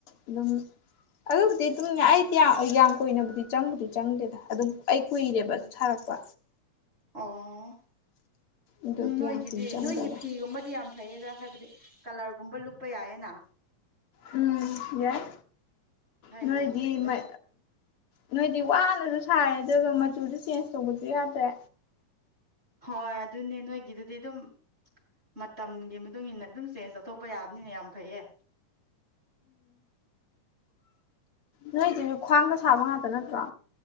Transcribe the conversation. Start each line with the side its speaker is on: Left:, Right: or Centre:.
Left: ꯑꯗꯨꯝ ꯑꯗꯨꯕꯨꯗꯤ ꯑꯗꯨꯝ ꯑꯩꯗꯤ ꯌꯥꯝ ꯀꯨꯏꯅꯕꯨꯗꯤ ꯆꯪꯕꯨꯗꯤ ꯆꯪꯗꯦꯗ ꯑꯗꯨꯝ ꯑꯩ ꯀꯨꯏꯔꯦꯕ
Right: ꯎꯝ
Left: ꯁꯥꯔꯛꯄ
Right: ꯑꯣ
Left: ꯑꯗꯨꯒꯤ
Right: ꯅꯣꯏꯒꯤꯗꯤ
Left: ꯌꯥꯝ ꯀꯨꯏꯅ ꯆꯪꯗꯕ
Right: ꯅꯣꯏꯒꯤ ꯐꯤꯒꯨꯝꯕꯗꯤ ꯌꯥꯝ ꯐꯩꯌꯦꯗꯥ ꯍꯥꯏꯕꯗꯤ ꯀꯂꯔꯒꯨꯝꯕ ꯂꯨꯞꯄ ꯌꯥꯏꯌꯦꯅ
Left: ꯎꯝ ꯌꯥꯏ
Right: ꯍꯥꯏꯗꯤ
Left: ꯅꯣꯏꯗꯤ
Right: ꯌꯥꯝ ꯐꯩꯌꯦꯗ
Left: ꯃ ꯅꯣꯏꯗꯤ ꯋꯥꯅꯁꯨ ꯁꯥꯏꯌꯦ ꯑꯗꯨꯒ ꯃꯆꯨꯁꯨ ꯆꯦꯟ꯭ꯖ ꯇꯧꯕꯁꯨ ꯌꯥꯗ꯭ꯔꯦ
Right: ꯍꯣꯏ ꯑꯗꯨꯅꯦ ꯅꯣꯏꯒꯤꯗꯨꯗꯤ ꯑꯗꯨꯝ ꯃꯇꯝꯒꯤ ꯃꯇꯨꯡ ꯏꯟꯅ ꯑꯗꯨꯝ ꯆꯦꯟꯖ ꯇꯧꯊꯣꯛꯄ ꯌꯥꯕꯅꯤꯅ ꯌꯥꯝ ꯐꯩꯌꯦ
Left: ꯅꯣꯏꯗꯨꯁꯨ ꯈ꯭ꯋꯥꯡꯗ ꯁꯥꯕ ꯉꯥꯛꯇ ꯅꯠꯇ꯭ꯔꯣ